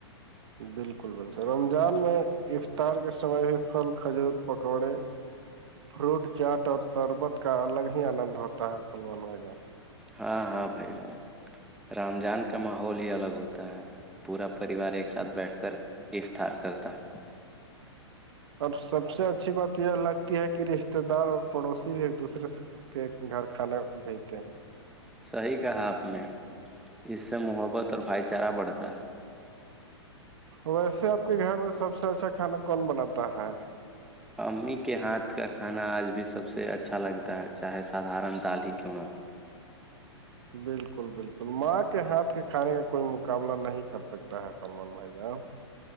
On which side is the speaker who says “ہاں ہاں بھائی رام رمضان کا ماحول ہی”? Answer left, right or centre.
Centre